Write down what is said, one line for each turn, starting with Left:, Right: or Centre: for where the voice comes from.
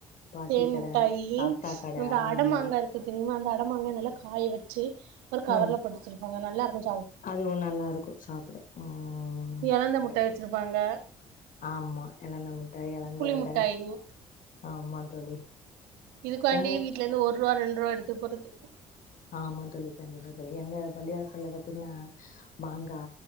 Left: பாட்டி
Right: தேன்முட்டாயி
Left: கட தாத்தா கட
Right: அந்த
Left: ஆமா
Right: அடமாங்கா இருக்கு தெரியுமா அந்த அடமாங்க நல்லா காய வெச்சு ஒரு கவர்ல
Left: ம்
Right: போட்டுவச்சி அங்க நல்லாருக்கு
Left: அதுவு நல்லா இருக்கும் சாப்பிட உம்
Right: எலந்த
Left: கரெக்ட்
Right: முட்டாய் வச்சிருப்பாங்க
Left: ஆமா எழந்த முட்டாய் எழந்த
Right: புளி
Left: வட
Right: முட்டாய்ங்க
Left: ஆமா தோழி
Right: இதுக்காண்டி
Left: ஆ
Right: வீட்லருந்து ஒரு ரூவா ரெண்டு ரூவா எடுத் து போறது
Left: ஆமா தோழி கண்டிப்பா தோழி எங்க பள்ளிவாசல்ல பாத்தீங்ன்னா மாங்கா